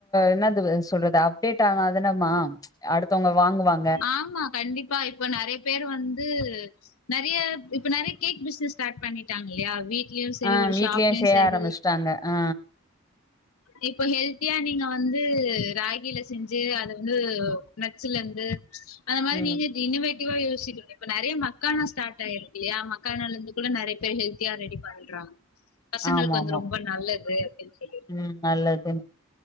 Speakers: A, on the left (about 15°); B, on the left (about 85°).
A: என்னது சொல்றது அப்டேட் ஆனாதானேம்மா ச் அடுத்தவுங்க வாங்குவாங்க
B: ஆமா கண்டிப்பா இப்ப நெறய பேர் வந்து நெறய இப்ப நெறய கேக் பிசினஸ் ஸ்டார்ட் பண்ணிட்டாங்க இல்லயா வீட் வீட்லயு சேரி
A: ஆ
B: ஒரு
A: வீட்லயே
B: ஷாப்லயு
A: செய்ய
B: சேரி
A: ஆரம்பிச்சுட்டாங்க. ஆ.
B: இப்போ ஹெல்த்தியா நீங்க வந்து ராகில செஞ்சு அத வந்து நட்ஸ்ல இருந்து அந்த மாரி
A: ம்.
B: நீங்க இன்னோவேட்டிவா யோசிக்கணு இப்ப நெறய மக்கான ஸ்டார்ட் ஆயிருக்குல்லையா மக்கானம்ல இருந்து கூட நெறய பேர் ஹெல்தி த்தியா ரெடி பண்றாங் பசங்களுக்கு
A: ஆமாமா.
B: வந்து ரொம்ப நல்லது அப்டின்னு சொல்லி
A: ம் நல்லது.